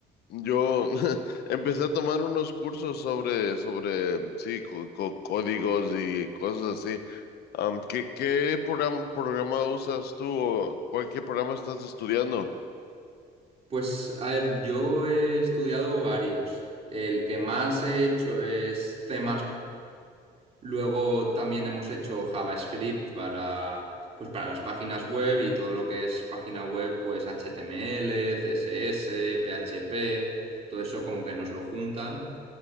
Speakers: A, on the left; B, on the right.
A: yo <laughs> empecé a tomar unos cursos sobre, sobre, sí, co- co- códigos y cosas así. Am, ¿qué, qué programa, programa usas tú o cuál, qué programa estás estudiando?
B: Pues, a ver, yo he estudiado varios. El que más he hecho es C++. Luego también hemos hecho JavaScript para, pues, para las páginas web y todo lo que es página web, pues HTML, CSS, PHP, todo eso como que nos lo juntan.